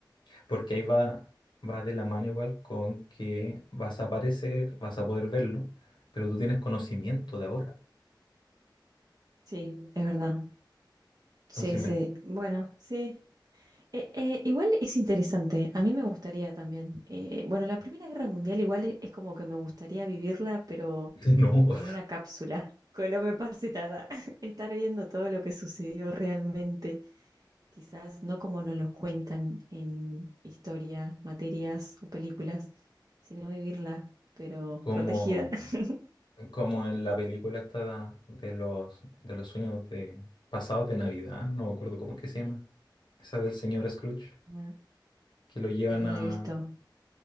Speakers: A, on the left; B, on the right.
A: porque ahí va, va de la mano igual con que vas a aparecer, vas a poder verlo, pero tú tienes conocimiento de ahora.
B: sí, es verdad. Sí,
A: Entonces,
B: sí. Bueno, sí. Eh, eh, igual es interesante, a mí me gustaría también. Eh, bueno, la Primera Guerra Mundial igual es como que me gustaría vivirla, pero...
A: imagínate, <laughs> no,
B: en una cápsula, que no me pase nada. <laughs> Estar viendo todo lo que sucedió realmente, quizás no como nos lo cuentan en historia, materias o películas, sino vivirla, pero
A: como...
B: protegida. <laughs>
A: Como en la película esta de los, de los sueños de pasados de Navidad, no me acuerdo cómo es que se llama. Esa del señor Scrooge,
B: Ah,
A: que lo llevan
B: No
A: a...
B: la he visto.